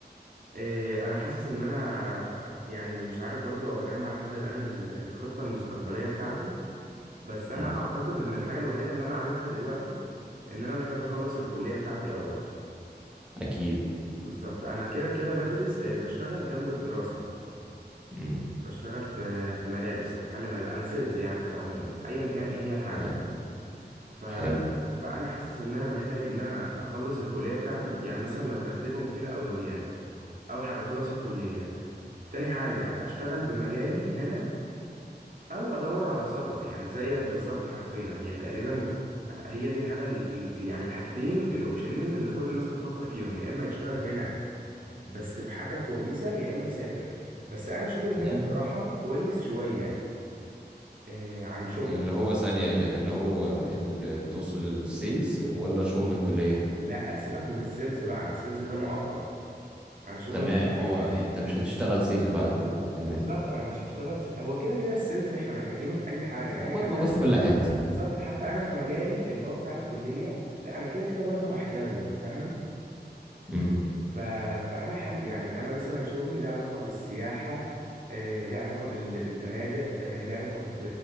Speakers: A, on the right; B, in the centre.
A: إيه انا حاسس ان انا يعني مش عارف برضو اجمع لحد الان ال- الخطة المستقبلية بتاعتي بس انا
B: امم
A: اعتقد ان الحاجة الوحيدة اللي انا عارفها دلوقتي ان انا محتاج اخلص الكلية بتاعتي اول
B: اكيد
A: بالظبط انا كده كده بدرس إيه، بشتغل جنب الدراسة
B: امم
A: بشتغل في في ملابس في محل ملابس انا سيلز يعني في العموم ايا كان ايه هي الحاجه
B: حلو
A: ف...
B: حلو
A: فانا حاسس ان انا محتاج ان انا اخلص الكليه بتاعتي يعني مثلا لو هرتبهم كده اولويات اول حاجه اخلص الكليه تاني حاجه اشتغل بمجالي هنا او ادور على سفر يعني زيك بالظبط حرفيا هي تقريبا هي دي الحاجه ال- ال- يعني الحاجتين الاوبشنين اللي كل الناس بتفكر فيهم يا اما يشتغل هنا بس بحاجه كويسه يا اما يسافر بس انا شغلي
B: امم
A: هنا بصراحه كويس شويه آه، عن شغلك
B: اللي هو ثانية اللي هو اللي توصل السيلز ولا شغل الكلية
A: لا سيبك من السيلز بقى انا السيلز ده مؤقت انا شغل
B: تمام
A: الكليه
B: اه يعني انت مش هتشتغل سيلز بعد الكلية تمام
A: بالظبط انا مش هشتغل س... هو كده كده السيلز احنا محتاجينه في اي حاجه يعني
B: موجود
A: حتى
B: موجود في كل حتة
A: بالظبط حتى انا في مجالي اللي هو بتاع الكليه لا انا كده كده برضه هحتاجه انت فاهم
B: امم
A: ف... فانا ح... يعني انا مثلا شغلي له علاقه بالسياحه آه، ليه علاقه بال... بالفنادق آه، ليه علاقه ب...